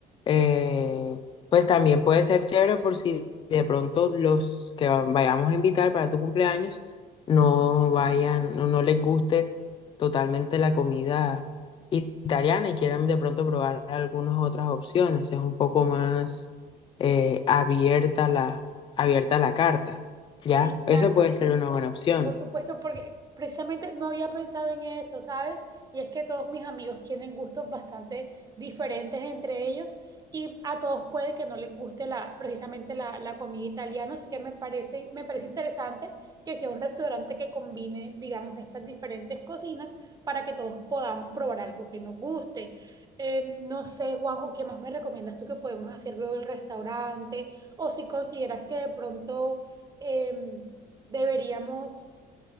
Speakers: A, on the left (about 30°); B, on the right (about 20°).
A: eh, pues también puede ser chévere por si de pronto los que va- vayamos a invitar para tu cumpleaños no vayan, no, no les guste totalmente la comida italiana y quieran de pronto probar algunas otras opciones. Es un poco más eh, abierta la, abierta la carta,
B: Sí,
A: ¿ya?
B: claro.
A: Esa puede ser una buena opción.
B: Por supuesto, porque precisamente no había pensado en eso, ¿sabes? Y es que todos mis amigos tienen gustos bastante diferentes entre ellos y a todos puede que no les guste la, precisamente la, la comida italiana, así que me parece, me parece interesante que sea un restaurante que combine, digamos, estas diferentes cocinas para que todos podamos probar algo que nos guste. Eh, no sé, Juanjo, ¿qué más me recomiendas tú que podemos hacer luego el restaurante? O si consideras que de pronto em, deberíamos